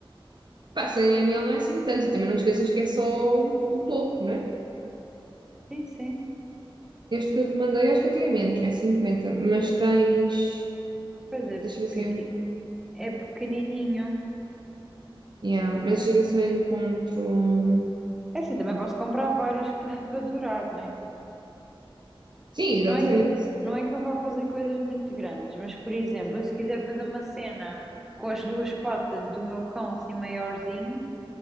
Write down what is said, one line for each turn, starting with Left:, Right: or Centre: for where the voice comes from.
Right: Pá, sem a miel não é assim tanto. E também não te esqueças que é só o, o topo, não é?
Centre: Sim, sim.
Right: Este que eu te mandei acho que até é menos, é 50. Mas tens.
Centre: Pois
Right: Espera,
Centre: é,
Right: deixa eu ver
Centre: pequi-
Right: se eu. en-
Centre: é pequenininho.
Right: Yeah, mas deixa eu ver se eu encontro. um,
Centre: É assim, também posso comprar vários <laughs> para para durar, né?
Right: Sim,
Centre: Não
Right: exatamente.
Centre: é que, não é que eu vá fazer coisas muito grandes, mas, por exemplo, se quiser fazer uma cena com as duas patas do meu cão assim maiorzinho,